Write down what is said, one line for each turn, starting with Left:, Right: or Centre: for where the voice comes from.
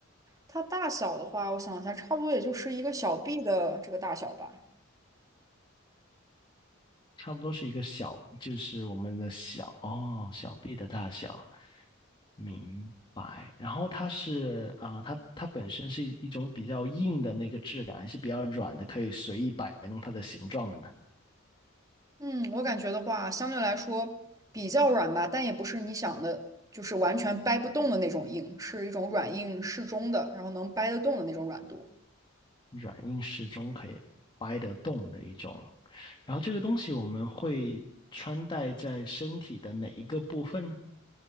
Right: 它大小的话，我想一下，差不多也就是一个小臂的这个大小吧。
Left: 差不多是一个小，就是我们的小，哦，小臂的大小，明白。然后它是啊、它它本身是一种比较硬的那个质感，还是比较软的，可以随意摆弄它的形状的呢？
Right: 嗯，我感觉的话，相对来说比较软吧，但也不是你想的，就是完全掰不动的那种硬，是一种软硬适中的，然后能掰得动的那种软度。
Left: 软硬适中，可以掰得动的一种。然后这个东西我们会穿戴在身体的哪一个部分呢？